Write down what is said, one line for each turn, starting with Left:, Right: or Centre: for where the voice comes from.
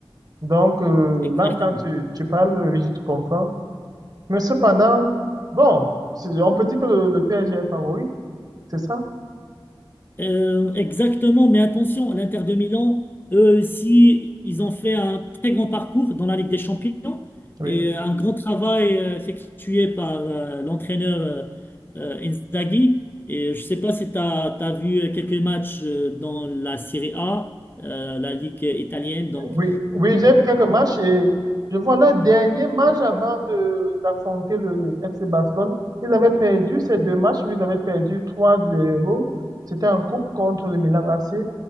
Right: Donc euh,
Left: Exactement.
Right: là, quand tu tu parles, oui, je te comprends. Mais cependant, bon, c'est- on peut dire que le, le PSG est favori. C'est ça?
Left: Euh, exactement, mais attention, l'Inter de Milan, eux aussi, ils ont fait un très grand parcours dans la Ligue des Champions
Right: Oui.
Left: et un grand travail euh, effectué par euh, l'entraîneur euh, euh, Inzaghi. Et je ne sais pas si tu as, vu quelques matchs euh, dans la Serie A, euh, la Ligue italienne. Donc,
Right: Oui, oui, j'ai vu quelques matchs et je vois leur dernier match avant de d'affronter le FC Barcelone. Ils avaient perdu ces deux matchs, ils avaient perdu trois zéro C'était en coupe contre le Milan AC.